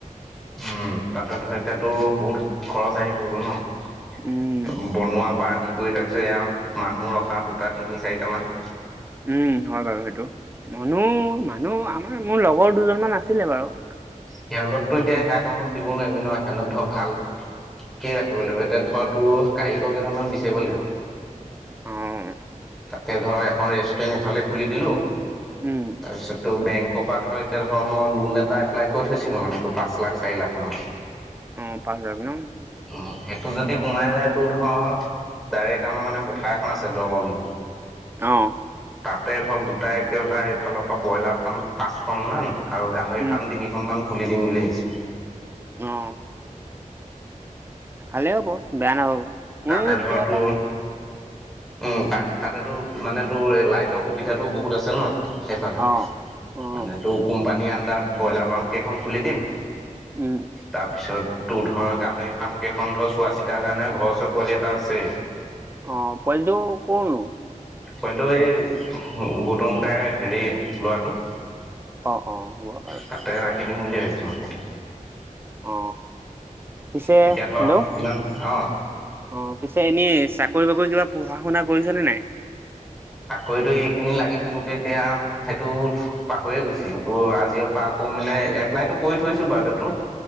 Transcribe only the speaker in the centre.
উম তাতে ধ এতিয়াতো বহুত খৰচ আহি পৰিব ন
বনোৱাৰ পৰা আদি কৰি তাৰ পিছত এয়া মানুহ ৰখা দুটা তিনি চাৰিটা মান
সিহঁতকতো এতিয়া সেয়া কামত দিব নোৱাৰিবি নহয় সিহঁতক ধৰ ভাল কি ৰাখিব লাগিব এতিয়া ধৰ তোৰ কাৰিকৰ কেইজন মান বিচাৰিব লাগিব
তাতে ধৰ এখন ৰেষ্টুৰেন্ট সিফালে খুলি দিলো
তাৰপিছতো বেংকৰ পৰা ধৰ এতিয়া ধৰ ম লোন এটা এপ্লাই কৈ থৈছিলো মানে ত পাঁচ লাখ চাৰি লাখ মানত
উম সেইটো যদি সোমাই যায় টো ধৰ ডাইৰেক্ট আমাৰ মানে পথাৰ এখন আছে দলনি
তাতে ধৰক গোটাই একেবাৰে এইফালৰ পৰা ব্ৰইলাৰ ফাৰ্ম পাঁচখন মান আৰু গাহৰি
ফাৰ্ম তিনি খন খুলি দিম বুলি ভাবিছো
তাতে ধৰ
তো
উম ত তাতেতো মানে তোৰ লাইটৰ সুবিধাটো বহুত আছে ন সেইফালে
মানে তোৰ কোম্পা- পানীৰ আণ্ডাৰত ব্ৰইলাৰ পাম্পকেইখন খুলি দিম
তাৰপিছত তোৰ ধৰ গাহৰি ফাৰ্ম কেইখন ধৰ চোৱা চিতাৰ কাৰণে ঘৰ ওচৰ পোৱালি এটা আছেই।
পোৱোলিটো এই গৌটংকাই হেৰি লৰাটো।
তাতে ৰাখি দিম বুলি ভাবিছো মানে
তেতিয়া ধৰ
ইমান অ
কৰিতো এইখিনি লাগি থাকোতে এতিয়া সেইটো পাহৰিয়ে গৈছিলো তো আজি পৰা আকৌ মানে এপ্লাইটো কৰি থৈছো বা দেতত